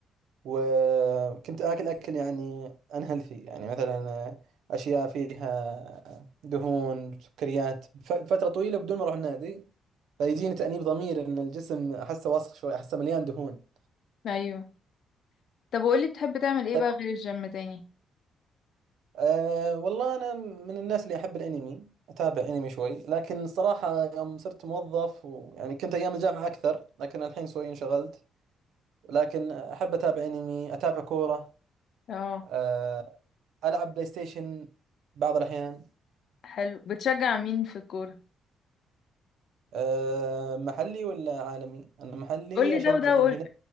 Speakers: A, on the right (about 80°); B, on the left (about 65°).
A: وكنت آكل أكل يعني unhealthy يعني مثلا أشياء فيها دهون سكريات ف- فترة طويلة بدون ما أروح النادي فيجيني تأنيب ضمير إن الجسم أحسه وسخ شوي أحسه مليان دهون
B: ايوه طب وقولي بتحب تعمل ايه
A: طيب
B: بقى غير الجيم تاني
A: أه والله أنا من الناس اللي أحب الأنمي أتابع أنمي شوي لكن الصراحة يوم صرت موظف ويعني كنت أيام الجامعة أكثر لكن الحين شوي انشغلت لكن أحب أتابع أنمي أتابع كورة
B: اه
A: أه ألعب بلاي ستيشن بعض الأحيان
B: حلو بتشجع مين في الكورة
A: أه محلي ولا عالمي؟ أنا محلي
B: قولي
A: أشجع
B: ده وده
A: الهلال
B: وقول